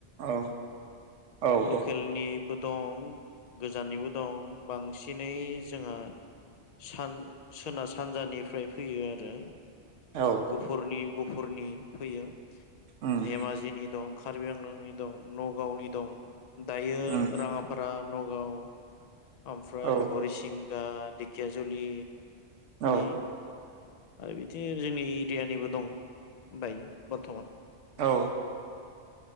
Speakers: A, on the right; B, on the left.
A: औ औ
B: लकेलनि बो दं गोजाननिबो दं बांसिनै जोंहा सान सोनाब सानजानिफ्राय फै फैयो आरो
A: औ
B: गुफुरनि गुफुरनि फैयो
A: उम
B: धेमाजिनि दं कार्बि आंलंनि दं नगावनि दं। दायो
A: उम
B: राङाफारा नगाव ओमफ्राय
A: औ
B: हरिसिं गा धेखियाजुलि
A: औ
B: नि आरो बिदिनो जोंनि एरियानिबो दं दायो बर्थमान
A: औ